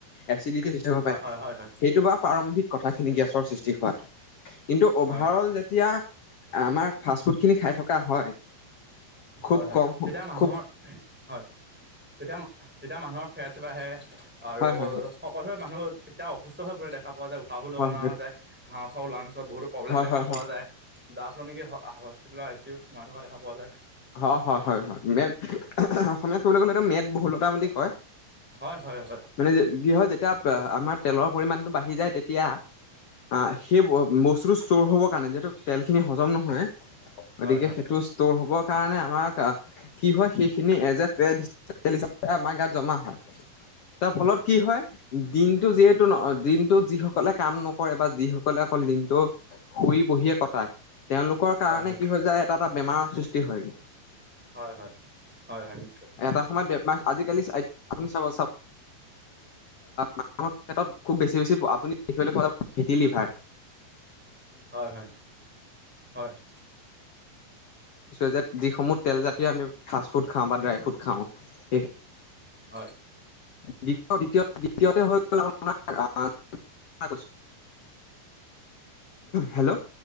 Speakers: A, on the left; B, in the centre.
A: এচিডিটি হৈ যাব
B: হয়
A: পাৰে।
B: হয় হয়
A: সেইটো বা প্ৰাৰম্ভিক কথাখিনি
B: উম
A: গেছৰ সৃষ্টি হোৱাটো কিন্তু অভাৰ
B: হয়
A: অল যেতিয়া আমাৰ ফাষ্ট ফুডখিনি খাই থকা হয়। খুব
B: হয়, হয়,
A: কম
B: তেতিয়া মানুহৰ,
A: খুব
B: হয়, তেতিয়া, তেতিয়া মানুহৰ ফেট বাঢ়ে আৰু
A: হয় হয়
B: শকত হৈ মানুহ তেতিয়া অসুস্থ হৈ পৰিৰে দেখা পোৱা যায়। পাভো নমনা
A: হয়
B: হৈ যায়। হাও ফাও, লাংচ। ছত বহুতো প্ৰবলেম
A: হয়
B: দেখা
A: হয় হয়
B: পোৱা
A: হয়
B: যায় যাৰ ফলত নেকি হ হস্পিতেলৰ আই চি ও ত সোমাই থকা দেখা পোৱা যায়।
A: হয়, হয়, হয়, হয়, মে, অসমীয়াত কবলৈ গ'লে এইটো মেদ ভুলৰ বুলি কয়।
B: হয় হয় হয়
A: মানে কি হয় যে এতিয়া আমাৰ তেলৰ পৰিমাণটো বাঢ়ি যায় তেতিয়া, অহ সেই
B: উম,
A: বস্তুটো ষ্ট'ৰ হ'ব কাৰণে যিহেতু তেলখিনি হজম নহয় হয়। গতিকে
B: হয় হয়
A: সেইটো ষ্ট'ৰ হ'ব কাৰণে আমাৰ কি হয় সেইখিনি এজ এ ফেটছ <unintelligible> হিচাপে আমাৰ গাত জমা হয়। তাৰ ফলত কি হয়, দিনটো যিহেতু ন, দিনটো যি সকলে কাম নকৰে বা যিসকলে অকল দিনটো শুই বহিয়ে কটাই তেওঁলোকৰ
B: হয়
A: কাৰণে
B: হয়
A: কি হৈ যায় এটা এটা বেমাৰৰ সৃচ টি হয়গে।
B: হয় হয় হয় হয় নিশ্চয়।
A: এটা সময়ত আজিকালি আপুনি চাব মানুহৰ ক্ষেত্ৰত খুব বেছি বেছি আপুনি দেখিবলৈ পোৱা যাব ভেটি লিভাৰ,
B: হয় হয় হয়! <unintelligible>
A: যে যিসমূহ তেলজাতীয় আমি ফাষ্ট ফুড খাওঁ বা ড্ৰাই ফ্ৰুড খাওঁ সেই,
B: হয়!
A: দ্বিতীয়তে হৈ গ'ল আপোনাৰ হেল্ল'!